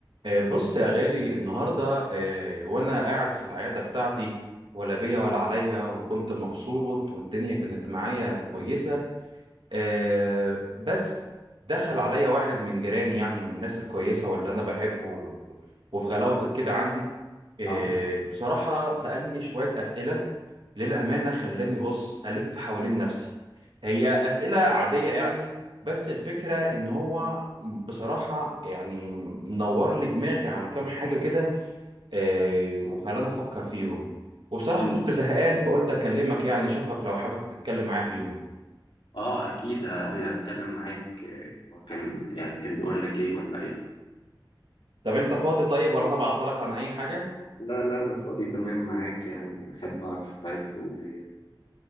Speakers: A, on the right (about 80°); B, on the left (about 80°).
A: آه، بص يا غالي النهاردة آه، وأنا قاعد في العيادة بتاعتي ولا بيا ولا عليا وكنت مبسوط والدنيا كانت معايا كويسة آه بس دخل عليا واحد من جيراني يعني من الناس الكويسة واللي أنا بحبه و- وفي غلاوتك كده عندي آه
B: اه
A: بصراحة سألني شوية أسئلة للأمانة خلاني بص ألف حوالين نفسي هي أسئلة عادية يعني بس الفكرة إن هو بصراحة يعني نور لي دماغي على كام حاجة كده آه، وخلاني أفكر فيهم وبصراحة
B: أكيد.
A: كنت زهقان فقلت أكلمك يعني أشوفك لو حابب تتكلم معايا فيهم
B: اه اكيد ه- اذا اتكلم معاك آه، هو كان يعني كان بيقول لك ايه ولا ايه
A: طب انت فاضي طيب ولا انا بعطلك عن اي حاجه
B: لا لا انا فاضي تمام معاك يعني احب اعرف أنت عايز تقول ايه